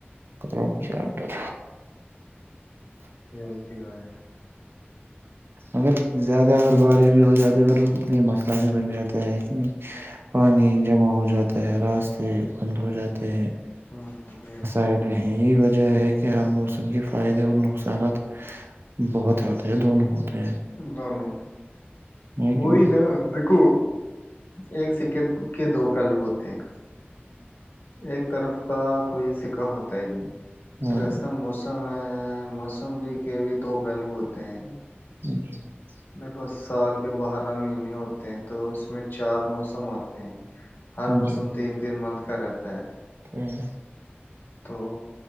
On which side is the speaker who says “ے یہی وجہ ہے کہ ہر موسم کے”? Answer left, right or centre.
Right